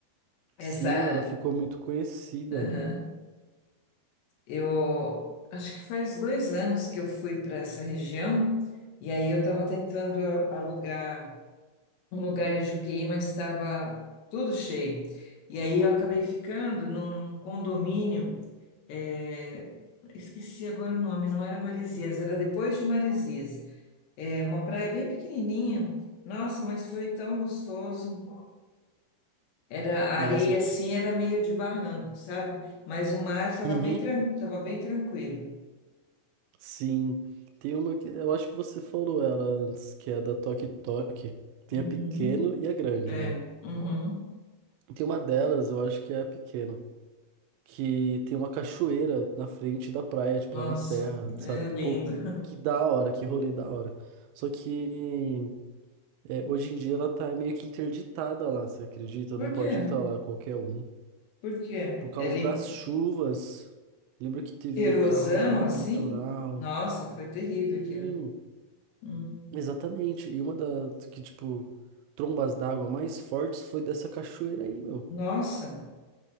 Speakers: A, on the left (about 75°); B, on the right (about 80°).
A: Essa,
B: Sim, ela ficou muito conhecida.
A: aham. Eu acho que faz dois anos que eu fui para essa região e aí eu estava tentando alugar. um lugar em Juqueí, mas estava tudo cheio. E aí eu acabei ficando num condomínio, é, esqueci agora o nome, não era Maresias, era depois de Maresias. É uma praia bem pequenininha. Nossa, mas foi tão gostoso. Era a
B: Nossa,
A: areia assim, era meio de barranco, sabe? Mas o mar estava
B: uhum,
A: bem, tran- tava bem tranquilo.
B: sim. Tem uma que eu acho que você falou ela antes, que é a da Toque Toque. Tem
A: Uhum.
B: a pequeno e a grande,
A: É,
B: né?
A: uhum.
B: Tem uma delas, eu acho que é a pequeno, que tem uma cachoeira na frente da praia, tipo
A: Nossa,
B: lá na serra, sabe?
A: é lindo.
B: Pô, que da hora, que rolê da hora. Só que É, hoje em dia ela tá meio que interditada lá, você acredita?
A: <laughs> Por
B: Não pode
A: quê?
B: entrar lá qualquer um.
A: Por quê?
B: Por causa
A: É lindo.
B: das chuvas. Lembra que teve
A: Erosão
B: um caos lá
A: assim?
B: no litoral?
A: Nossa, foi terrível
B: Sim,
A: aquilo. Hum,
B: exatamente. E uma das que, tipo, trombas d'água mais fortes foi dessa cachoeira aí, meu.
A: Nossa,